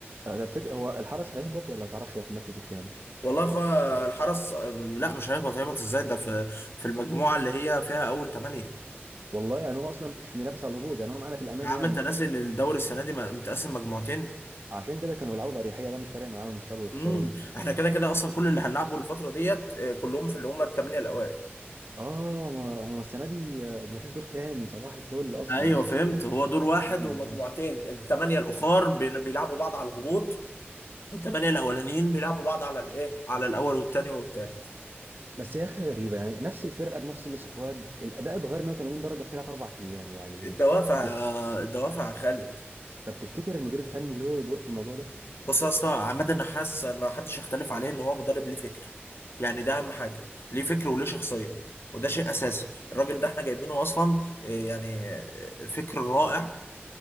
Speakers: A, on the right; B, on the left.
A: ده الفكره هو الحرس هيهبط ولا ما تعرفش هو في المركز الكام
B: والله يا اخويا الحرس آه، لا مش هيهبط هيهبط ازاي ده في في المجموعة اللي هي فيها اول ثمانية
A: والله يعني هو اصلا مش بينافس على الهبوط يعني هو معانا في الامان
B: يا عم
A: يعني
B: انت ناسي ان الدوري السنه دي متقسم مجموعتين
A: عشان كده كانوا بيلعبوا باريحيه بقى مش فارق معاهم يكسبوا ويخسروا
B: امم احنا كده كده اصلا كل اللي هنلعبه الفتره ديت آه، كلهم في اللي هم الثمانيه الاوائل
A: اه ما هو السنه دي آه، ما فيش دور تاني صباح الفل اصلا
B: ايوه فهمت هو دور واحد
A: ايوه
B: ومجموعتين الثمانيه الاخر بي- بيلعبوا بعض على الهبوط والثمانيه الاولانيين بيلعبوا بعض على الايه على الاول والثاني والثالث
A: بس يا اخي غريبه يعني نفس الفرقه بنفس السكواد الاداء اتغير 180 درجه في ثلاث اربع ايام يعني
B: الدوافع
A: تف-
B: آه، الدوافع يا خالد
A: طب تفتكر المدير الفني له دور في الموضوع ده
B: بص يا اسطى عماد النحاس ما حدش يختلف عليه ان هو مدرب ليه فكر يعني ده اهم حاجه ليه فكر وليه شخصيه وده شيء اساسي الراجل ده احنا جايبينه اصلا آه، يعني آه، فكر رائع